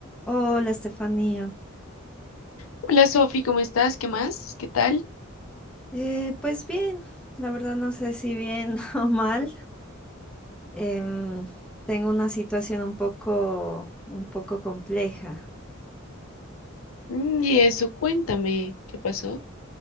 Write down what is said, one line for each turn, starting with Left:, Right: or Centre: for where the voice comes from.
Centre: Hola, Estefanía.
Left: Hola Sofi, ¿cómo estás? ¿Qué más? ¿Qué tal?
Centre: Eh, pues bien, la verdad no sé si bien <laughs> o mal. Em, tengo una situación un poco, un poco compleja.
Left: Mm, y eso, cuéntame, ¿qué pasó?